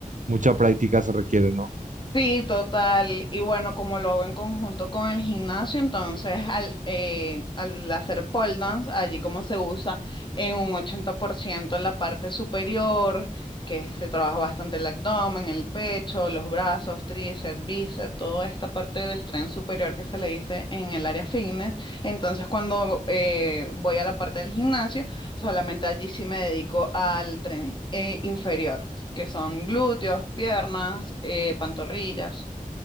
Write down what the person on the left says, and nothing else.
Sí, total. Y bueno, como lo hago en conjunto con el gimnasio, entonces al, eh, al hacer pole dance, allí como se usa en un 80% la parte superior, que se trabaja bastante el abdomen, el pecho, los brazos, tríceps, bíceps, toda esta parte del tren superior que se le dice en el área fitness. Entonces cuando eh, voy a la parte del gimnasio, solamente allí sí me dedico al tren eh, inferior que son glúteos, piernas, eh, pantorrillas.